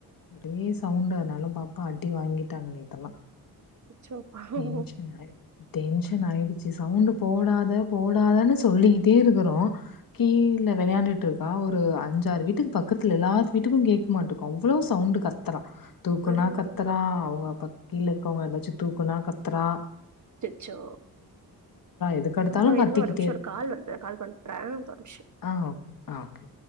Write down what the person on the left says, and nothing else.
ஒரே சவுண்டு அனாலு பாப்பா அடி வாங்கிட்டாங் நேத்தெல்லா
டென்ஷன் ஆயி டென்ஷன் ஆயிடுச்சி சவுண்ட போடாத போடாதன் சொல்லிக்கிட்டே இருக்கறோ கீழ விளையாண்டுட்டுருக்கா ஒரு அஞ்சாறு வீட்டுக்கு பக்கத்துல எல்லா வீட்டுக்கு கேட்குமாட்டுக்கு அவ்ளோ சவுண்டு கத்தரா தூக்கனா
கத்தரா அவுங்க அப்பா கீழ போங்க எதாச்சு தூக்கனா கத்தரா
எதுக்கெடுத்தாலும்
கத்திக்கிட்டே
இருக்கா.
ஆ ஓகே. ஆ ஓகே